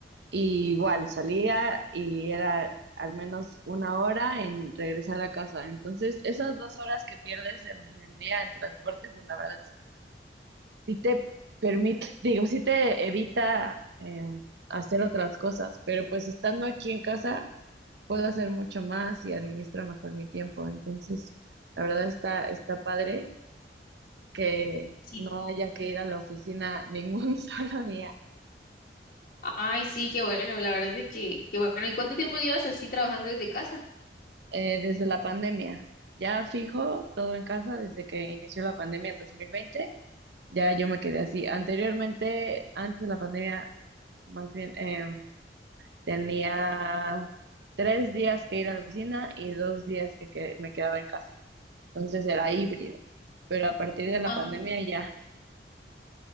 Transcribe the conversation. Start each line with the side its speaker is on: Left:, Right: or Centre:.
Right: Y igual salía y era al menos una hora en regresar a casa. Entonces, esas dos horas que pierdes en el día en transporte, pues la verdad sí te permite, <laughs> digo, sí te evita eh, hacer otras cosas, pero pues estando aquí en casa puedo hacer mucho más y administro mejor mi tiempo. Entonces, la verdad está, está padre que
Left: Sí.
Right: no haya que ir a la oficina ningún <laughs> solo día
Left: Ay, sí, qué bueno, la verdad es que, qué bueno. ¿Y cuánto tiempo llevas así trabajando desde casa?
Right: eh, desde la pandemia. Ya fijo todo en casa desde que inició la pandemia en dos mil veinte Ya yo me quedé así. Anteriormente, antes de la pandemia, más bien, eh, Tenía tres días que ir a la oficina y dos días que, que- me quedaba en casa. Entonces era híbrido. Pero a partir de la
Left: Ah,
Right: pandemia ya,